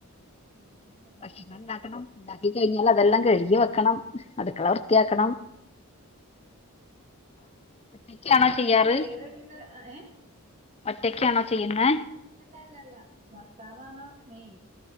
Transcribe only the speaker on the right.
ഉം, അതെ
പിന്നെ
നമുക്ക് വേറരി ഇത് ഏഹ്
അല്ല അല്ല അല്ല ഭർത്താവാണ് മെയിൻ